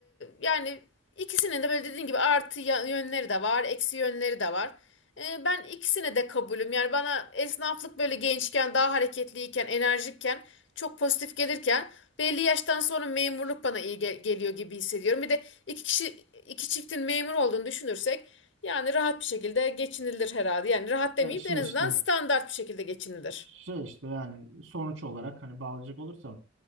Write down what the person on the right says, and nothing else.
ya şey
işte
şey işte yani sonuç olarak hani bağlayacak olursam